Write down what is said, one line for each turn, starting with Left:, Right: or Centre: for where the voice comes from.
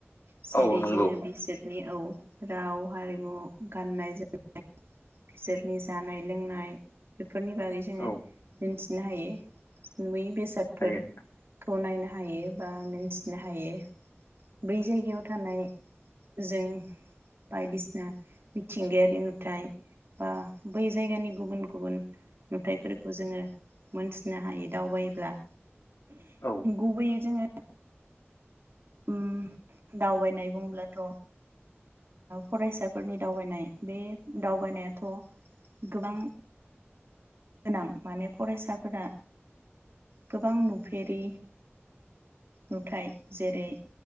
Right: जेरै
Left: औ नंगौ।
Right: जों बेसोर। ओ राव हारिमु गाननाय जोमनाय। बिसोरनि जानाय लोंनाय। बेफोरनि बागै जोङो
Left: औ
Right: मिन्थि नों। नुनो हायो नुयो। बेसादफोरखौ
Left: हायो
Right: नायनो हायो। हायो बा मिथिनो हायो बै जायगायाव थानाय जों बायदिसिना मिथिंगायारि नुथाय। बा बै जायगानि गुबुन गुबुन नुथायाइफोरखौ जोङो मोनथिनो हायो दावबायायोब्ला
Left: औ
Right: गुबैय जोङो <inaudible> ओम दावबायनाय बुंब्लाथ' फरायसाफोरनि दावबायनाय बे दावबायनायाथ गोबां गोनां माने फरायसाफोरा गोबां नुफेरै नुथाय जेरै